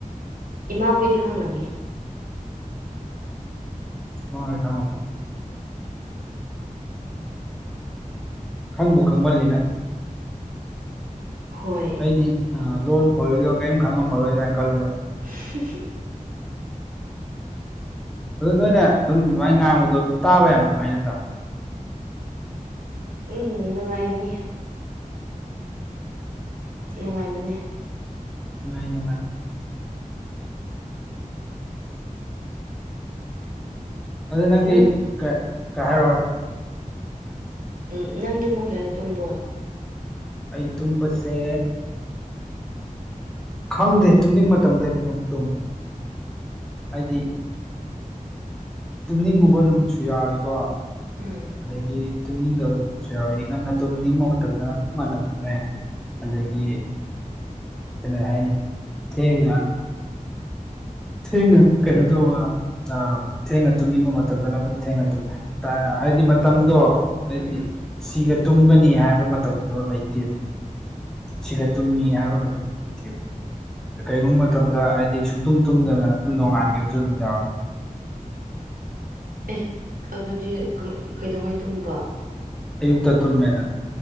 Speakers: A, on the right (about 90°); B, in the centre.
A: ꯏꯃꯥꯈꯣꯏꯗꯤ ꯈꯪꯂꯝꯅꯤ
B: ꯎꯝ ꯍꯣꯏ ꯊ ꯈꯪꯕꯨ ꯈꯪꯃꯜꯜꯂꯤꯅ
A: ꯍꯣꯏ
B: ꯑꯩꯗꯤ ꯂꯣꯟ ꯈꯣꯏꯕꯗꯣ ꯀꯔꯤꯝ ꯈꯪꯉꯝꯃꯔꯣꯏꯗ꯭ꯔꯥꯅ ꯈꯜꯂꯨꯔ
A: <unintelligible>
B: ꯑꯗꯨ ꯅꯣꯏꯅ ꯑꯗꯨꯝ ꯑꯗꯨꯃꯥꯏꯅ ꯉꯥꯡꯕꯗꯣ ꯇꯥꯕ ꯌꯥꯝ ꯅꯨꯡꯉꯥꯏ ꯅꯠꯇ꯭ꯔꯥ
A: ꯎꯝ ꯅꯨꯡꯉꯥꯏꯅꯤ ꯅꯨꯡꯉꯥꯏꯕꯅꯦ
B: ꯑꯉꯥꯏ ꯑꯗꯨ ꯅꯪꯗꯤ
A: ꯅꯪ
B: ꯀ ꯍꯥꯏꯔ
A: ꯎꯝ ꯅꯪꯗꯤ ꯄꯨꯡ ꯀꯌꯥꯗ ꯇꯨꯝꯕ꯭ꯔꯣ
B: ꯑꯩ ꯇꯕꯁꯦ ꯈꯪꯗꯦ ꯇꯨꯝꯅꯤꯡ ꯃꯇꯝꯗ ꯇꯨꯝꯃꯤ ꯍꯥꯏꯗꯤ ꯇꯨꯝꯅꯤꯡꯕꯨꯕ ꯅꯨꯃꯤꯠꯁꯨ ꯌꯥꯎꯤꯀꯣ
A: ꯎꯝ
B: ꯑꯗꯨꯗꯒꯤ ꯇꯨꯝꯅꯤꯡꯗꯕ ꯅꯨꯃꯤ ꯑꯩ ꯉꯟꯅ ꯇꯨꯝꯅꯤꯡꯕ ꯃꯇꯝꯗ ꯑꯗꯨꯝ ꯉꯟꯅ ꯇꯨꯝꯃꯦ ꯑꯗꯒꯤ ꯀꯩꯅ ꯍꯥꯏꯅꯤ ꯆꯦꯡꯅ ꯊꯦꯡ ꯀꯩꯅꯩꯅꯣ ꯇ ꯑ ꯊꯦꯡꯅ ꯇꯨꯝꯅꯤꯡꯕ ꯃꯇꯝꯗꯅ ꯑꯗꯨꯝ ꯊꯦꯡꯅ ꯇꯨꯝꯃꯤ ꯍꯥꯏꯗꯤ ꯃꯇꯝꯗꯣ ꯑꯩꯗꯤ
A: ꯎꯝ
B: ꯁꯤꯒ ꯇꯨꯝꯒꯅꯤ ꯍꯥꯏꯕ ꯃꯇꯝꯗꯣ ꯂꯩꯇꯦꯕ ꯁꯤꯒꯠꯇꯨꯝꯃꯤ ꯍꯥꯏꯕ ꯃꯇꯝ ꯂꯩꯇꯦꯕ ꯀꯔꯤꯒꯨꯝꯕ ꯃꯇꯝꯗ ꯍꯥꯏꯗꯤ ꯁꯨꯡꯇꯨꯝ ꯇꯨꯝꯗꯅ ꯑꯗꯨꯝ ꯅꯣꯡꯉꯥꯟꯈꯤꯕꯕꯁꯨ ꯑꯗꯨꯝ ꯌꯥꯎ
A: ꯑꯦ ꯑꯗꯨꯗꯤ ꯀꯩꯗꯧꯉꯩ ꯇꯨꯝꯕ
B: ꯑꯨꯛꯇ ꯇꯃꯦꯅ